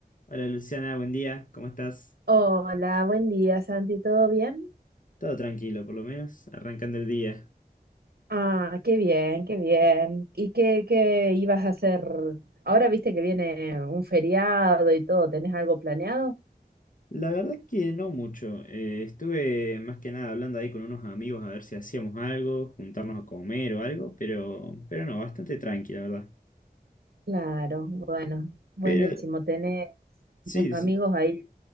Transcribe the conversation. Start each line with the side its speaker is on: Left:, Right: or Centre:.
Left: Hola Luciana, buen día, ¿cómo estás?
Right: Hola, buen día, Santi, ¿todo bien?
Left: Todo tranquilo, por lo menos, arrancando el día.
Right: Ah, qué bien, qué bien. ¿Y qué, qué ibas a hacer? Ahora viste que viene un feriado y todo, ¿tenés algo planeado?
Left: La verdad que no mucho. eh, estuve más que nada hablando ahí con unos amigos a ver si hacíamos algo, juntarnos a comer o algo, pero, pero no, bastante tranqui, la verdad.
Right: Claro, bueno, buenísimo.
Left: Pero
Right: ¿Tenés
Left: sí,
Right: muchos
Left: sí,
Right: amigos ahí